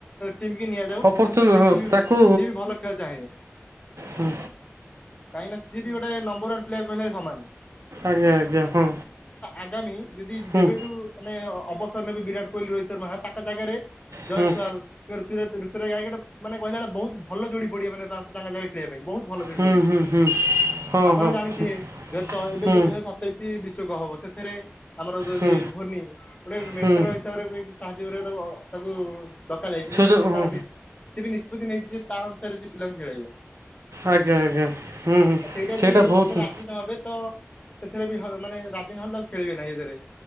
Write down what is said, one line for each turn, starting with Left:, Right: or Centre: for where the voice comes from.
Left: ଟିମ୍ କି ନିଆଯାଉ,
Right: ଅପରଚୁନି
Left: ଯେ
Right: ହଁ
Left: ସିଏ ବି,
Right: ତାକୁ
Left: ସିଏ ବି ଭଲ ଖେଳ ଚାହେଁ।
Right: ହୁଁ।
Left: କାହିଁକି ନା ସିଏ ବି ଗୋଟେ, ନମ୍ବର ୱାନ ପ୍ଲେୟାର କହିଲା ସମାନ୍।
Right: ଆଜ୍ଞା ଆଜ୍ଞା ହଁ।
Left: ଆଗାମୀ ଯଦି,
Right: ହୁଁ
Left: ଯେବେଠୁ ମାନେ ଅବସର ନେବେ, ବିରାଟ କୋହଲି ରୋହିତ ଶର୍ମା ତାଙ୍କ ଜାଗାରେ ଜୟଶ୍ଵାଲ୍
Right: ହୁଁ
Left: ତୁରୁ ତୁରୁ ଋତୁ ଗାୟିକା ମାନେ କହିଲା ବହୁତ ଭଲ ଯୋଡି ପଡିବେ ମାନେ ତାଙ୍କ ଜାଗାରେ ଖେଳିବା ପାଇଁ ମାନେ ବହୁତ ଭଲ ଯୋଡ଼ି।
Right: ହୁଁ
Left: ପଡ଼ିବେ
Right: ହୁଁ ହୁଁ ହଁ
Left: ଆପଣ
Right: ହଁ
Left: ଜାଣିଥିବେ
Right: ଠିକ
Left: ଯ ଏବେ
Right: ହୁଁ
Left: ଯୋଉ ଦୁଇ ହଜାର ସତେଇଶ ବିଶ୍ଵକପ ହବ ସେ ଥିରେ ଆମର ଯ ଯଦି
Right: ହୁଁ
Left: ଧୋନି ଗୋଟେ ମେଣ୍ଟର
Right: ହୁଁ
Left: ହିସାବରେ ବି ସାହାଯ୍ୟ କରିବାକୁ ତାକୁ ତାକୁ ଡକା ଯାଇଛି
Right: ସେଇଟା
Left: ହେଲେ ସିଏ
Right: ହଁ
Left: ତାର ନିଷ ସିଏ ବି ନିଷ- ନିଷ୍ପତ୍ତି ନେଇଛି ଯେ, ତା ଅନୁସାରେ ସେ ପିଲାଙ୍କୁ ଖେଳେଇବ।
Right: ଆଜ୍ଞା ଆଜ୍ଞା
Left: ଆଉ
Right: ହୁଁ ହୁଁ
Left: ସେଇଟା ଯଦି,
Right: ବହୁତ
Left: ସେ ତ ରାଜି ନହେବେ ତ ସେଥିରେ ବି ମାନେ ହ ରାଜି ନହେଲେ ତାଙ୍କୁ ଖେଳେଇବେ ନାହିଁ ସେଥିରେ